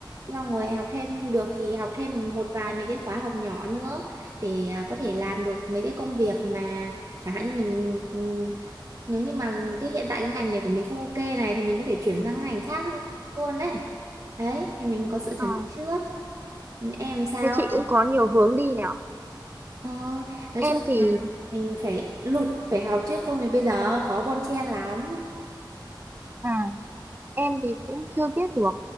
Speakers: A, on the right; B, on the right.
A: xong rồi học thêm được thì học thêm một vài mấy cái khóa học nhỏ nữa để ờ, có thể làm được mấy cái công việc mà chẳng hạn như mình ừ, nếu như mà cái hiện tại cái ngành này của mình không ok này thì mình có thể chuyển sang cái ngành khác luôn đấy đấy thì mình có sự
B: Ờ,
A: chuẩn bị trước em sao
B: thế chị cũng có nhiều hướng đi nhỉ?
A: Ờ, nói chung
B: Em thì
A: là mình phải lụt phải học chứ không thì bây giờ khó bon chen lắm
B: Ừ. em thì cũng chưa biết được,